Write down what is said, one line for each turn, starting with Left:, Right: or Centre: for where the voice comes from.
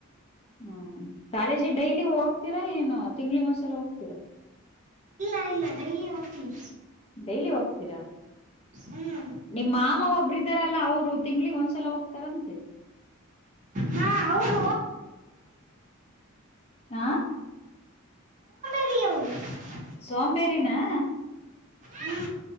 Left: ಹ್ಮ್ ಕಾಲೇಜಿಗ ಡೈಲಿ ಹೋಗ್ತೀರಾ ಏನು ತಿಂಗಳಿಗೆ ಒಂದ್ಸಲ ಹೋಗ್ತೀರಾ
Right: ಇಲ್ಲ ಇಲ್ಲಾ ಡೈಲಿ ಹೋಗತ್ತಿವಿ
Left: ಡೈಲಿ ಹೋಗ್ತೀರಾ
Right: ಹ್ಞೂ
Left: ನಿಮ್ಮ ಮಾಮ ಒಬ್ರಿದಾರಲ್ಲ ಅವ್ರು ತಿಂಗಳಿಗ ಒಂದ್ಸಲ ಹೋಗ್ತಾರಂತೆ
Right: ಹಾ ಅವರ
Left: ಹ
Right: <unintelligible>
Left: ಸೋಂಬೇರಿ ನಾ
Right: ಹ್ಞೂ